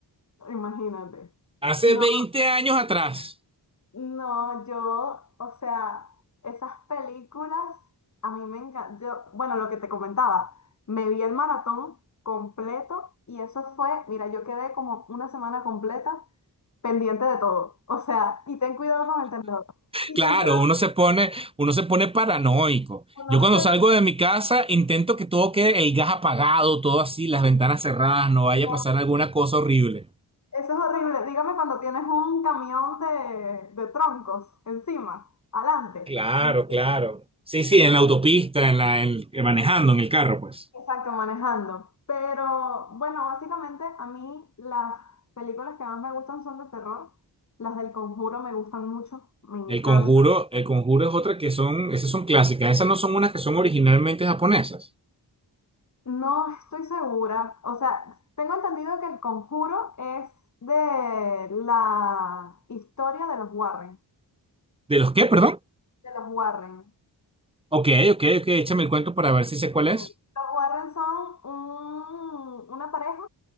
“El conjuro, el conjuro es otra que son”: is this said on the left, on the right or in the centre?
Right